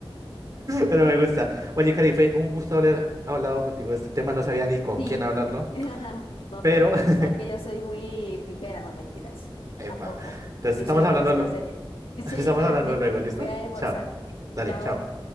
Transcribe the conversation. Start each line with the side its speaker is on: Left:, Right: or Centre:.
Right: Pero me gusta. Oye, Cari, fue un gusto haber hablado contigo de este tema. No sabía ni con
Left: Sí.
Right: quién hablarlo,
Left: <laughs> No,
Right: pero...
Left: tranquilo,
Right: <laughs>
Left: tú sabes que yo soy muy fifera, no mentiras.
Right: Epa.
Left: Tampoco.
Right: Entonces,
Left: Yo
Right: estamos
Left: soy una
Right: hablando,
Left: persona
Right: lo-
Left: seria. Y Chaito,
Right: <laughs> estamos hablando
Left: Nico,
Right: luego, ¿listo?
Left: voy a almorzar.
Right: Chao. Dale,
Left: Chao.
Right: chao.